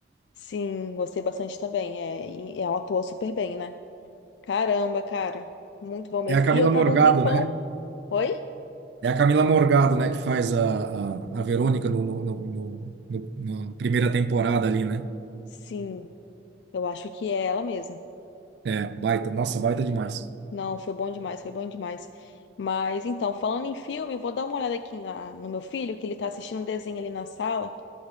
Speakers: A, on the left (about 70°); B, on the right (about 70°).
A: Sim, gostei bastante também. É, e ela atuou super bem, né? Caramba, cara. Muito bom mesmo.
B: É a Camila
A: E eu tava
B: Morgado,
A: um tempão.
B: né?
A: Oi?
B: É a Camila Morgado, né, que faz a, a, a Verônica no, no, no- no- no- na primeira temporada ali, né?
A: Sim, eu acho que é ela mesmo.
B: É, baita, nossa, baita demais.
A: Não, foi bom demais, foi bom demais. Mas então, falando em filme, eu vou dar uma olhada aqui lá no meu filho, que ele tá assistindo um desenho ali na sala.